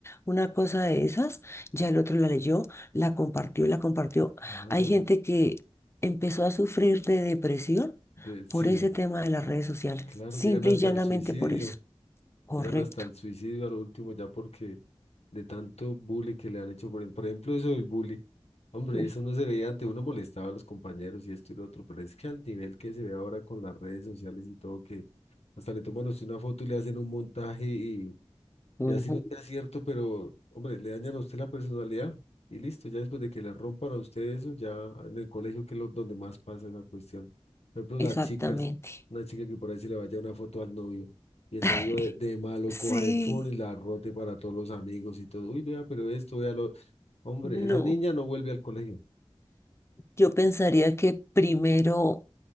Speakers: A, on the left; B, on the left.
A: una cosa de esas, ya el otro la leyó, la compartió, la compartió.
B: Claro,
A: Hay gente que empezó a sufrir de depresión
B: de, sí,
A: por ese tema de las redes sociales,
B: claro,
A: simple
B: llegan hasta
A: y llanamente
B: el suicidio.
A: por eso. Correcto.
B: Llegan hasta el suicidio a lo último ya porque de tanto bullying que le han hecho. Por, por ejemplo, eso del bullying. Hombre,
A: Mm,
B: eso no se veía antes. Uno molestaba a los compañeros y esto y lo otro, pero es que al nivel que se ve ahora con las redes sociales y todo, que hasta le toman a usted una foto y le hacen un montaje y,
A: Ujú.
B: y así no sea cierto, pero, hombre, le dañan a usted la personalidad y listo. Ya después de que le rompan a usted eso, ya en el colegio que es lo- donde más pasa esa cuestión. Por ejemplo, las
A: Exactamente.
B: chicas, una chica que por ahí se le vaya una foto al novio y el
A: <laughs>
B: novio de, de malo
A: Sí,
B: coja el phone y la rote para todos los amigos y todo. Uy, vea, pero esto, vea lo... Hombre,
A: no.
B: esa niña no vuelve al colegio.
A: Yo pensaría que primero,